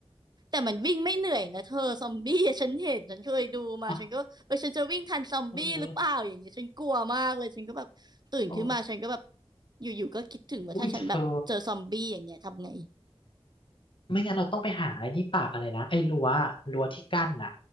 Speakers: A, on the right (about 40°); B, on the left (about 55°).
A: แต่มันวิ่งไม่เหนื่อยนะเธอซอมบี้อะฉันเห็นฉันเคยดูมาฉันก็เออฉันจะวิ่งทันซอมบี้หรือเปล่าอย่างเงี้ยฉันกลัวมากเลยฉันก็แบบตื่นขึ้นมาฉันก็แบบ
B: อเออเออ
A: อยู่ๆก็คิดถึงว่าถ้าฉันแบบเจอซอมบี้อย่างเงี้ยทำไง
B: อุ้ยเธอ ไม่งั้นเราต้องไปหาไอ้นี่ป่าอะไรนะไอ้รั้วรั้วที่กั้นน่ะ